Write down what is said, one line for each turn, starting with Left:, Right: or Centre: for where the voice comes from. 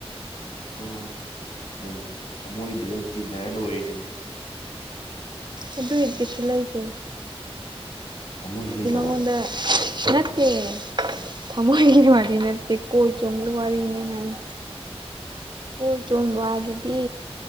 Left: ꯑꯣ ꯑꯗꯨꯝ ꯊꯃꯣꯏꯗꯨꯗ ꯇꯤꯟꯅꯔ ꯂꯣꯏꯔꯦ
Right: ꯑꯗꯨꯏ ꯀꯩꯁꯨ ꯂꯩꯇꯦꯗ
Left: ꯊꯃꯣꯏꯁꯨ
Right: ꯍꯥꯏꯗꯤ
Left: ꯂꯩꯇꯕ
Right: ꯃꯪꯉꯣꯟꯗ ꯅꯠꯇꯦ ꯊꯝꯃꯣꯏꯒꯤ ꯋꯥꯔꯤ ꯅꯠꯇꯦ ꯀꯣꯏ ꯆꯣꯝꯕꯩ ꯋꯥꯔꯤꯅꯦ ꯑꯩꯅ ꯍꯥꯏꯁꯦ ꯀꯣꯏ ꯆꯣꯝꯕ ꯑꯗꯨꯗꯤ